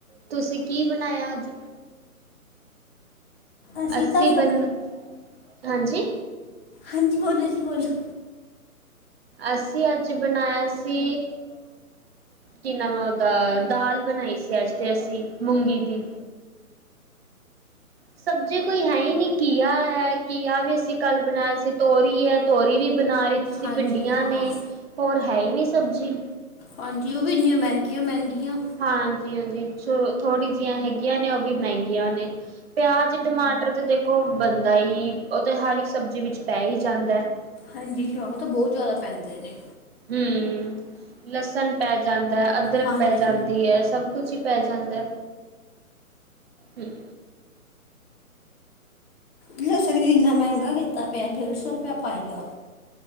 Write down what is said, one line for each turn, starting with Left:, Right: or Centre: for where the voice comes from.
Right: ਤੁਸੀ ਕੀ ਬਣਾਇਆ ਅੱਜ?
Left: ਅਸੀਂ
Right: ਅੱਸੀ
Left: ਤਾਂ ਸ਼-
Right: ਬਨ ਹਾਂਜੀ?
Left: ਹਾਂਜੀ ਬੋਲੋ ਜੀ ਬੋਲੋ।
Right: ਅਸੀਂ ਅੱਜ ਬਣਾਇਆ ਸੀ। ਕਿ ਨਾਮ ਹੈ-ਉਹਦਾ, ਦਾਲ ਬਣਾਈ ਸੀ ਅੱਜ ਤੇ ਅਸੀਂ ਮੂੰਗੀ ਦੀ। ਸਬਜ਼ੀ ਕੋਈ ਹੈ ਹੀ ਨਹੀ, ਘੀਆ ਹੈ, ਘੀਆ ਵੀ ਅਸੀ ਕੱਲ ਬਣਾਏ ਸੀ, ਤੋਰੀ ਹੈ, ਤੋਰੀ ਵੀ ਬਣਾ ਲਈ।
Left: ਹਾਂਜੀ
Right: ਭਿੰਡੀਆਂ
Left: ਹਾਂ
Right: ਨੇ- ਹੋਰ ਹੈ ਹੀ ਨਹੀ ਸਬਜ਼ੀ।
Left: ਹਾਂਜੀ ਉਹ ਵੀ ਇੰਨੀਆਂ ਮਹਿੰਗੀਆਂ- ਮਹਿੰਗੀਆਂ।
Right: ਹਾਂਜੀ- ਹਾਂਜੀ ਚਲੋ ਥੋੜ੍ਹੀ ਜਿਹੀਆਂ ਹੈਗੀਆਂ ਨੇ, ਉਹ ਵੀ ਮਹਿੰਗੀਆਂ ਨੇ। ਪਿਆਜ, ਟਮਾਟਰ ਤੇ ਦੇਖੋ ਬਣਦਾ ਈ ਉਹ ਤਾਂ ਹਰ ਇੱਕ ਸਬਜ਼ੀ ਵਿਚ ਪੈ ਹੀ ਜਾਂਦਾ ਹੈ।
Left: ਹਾਂਜੀ ਸਵਾ ਤਾਂ ਬਹੁਤ ਜ਼ਿਆਦਾ ਪੈਂਦੇ ਨੇ।
Right: ਹੂੰ ਲਸਣ ਪੈ ਜਾਂਦਾ ਹੈ, ਅਦਰਕ
Left: ਹਾਂਜੀ
Right: ਪੈ ਜਾਂਦੀ ਹੈ, ਸਭ? ਕੁਛ ਹੀ ਪੈ ਜਾਂਦਾ! ਹੂੰ?
Left: ਲਸਣ ਵੀ ਇੰਨਾ ਮਹਿੰਗਾ ਕੀਤਾ ਪਿਆ। ਡੇਢ ਸੌ ਰੁਪਆ ਪਾਈਆ।